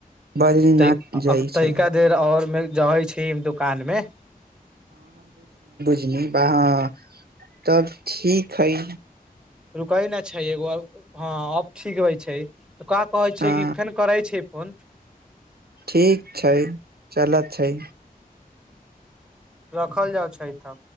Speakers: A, on the right; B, in the centre.
A: बद्रीनाथ
B: तै
A: जाइ
B: अब
A: छै
B: तैका देर और मे जै छै दुकान मे।
A: हुं, उहां। तब ठीक हइ।
B: रुकै नहि छै एगो और, हँ अब ठीक होइ छै। त का कहै छै
A: हँ
B: कि फेन करै छियै फोन।
A: ठीक छै, चलत छै।
B: खल जाइ छै त।